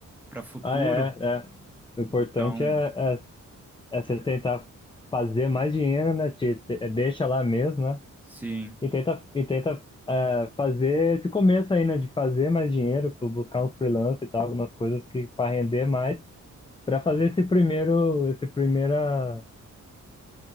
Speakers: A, in the centre; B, on the left.
A: pra futuro.
B: Ah, é, é. O importante
A: Então,
B: é, é, é você tentar fazer mais dinheiro, né? Te, te- é, deixa lá mesmo, né?
A: sim,
B: E tenta, e tenta é, fazer esse começo aí, né? De fazer mais dinheiro, pu- buscar um freelance e tal, algumas coisas que para render mais. Para fazer esse primeiro, esse primeira,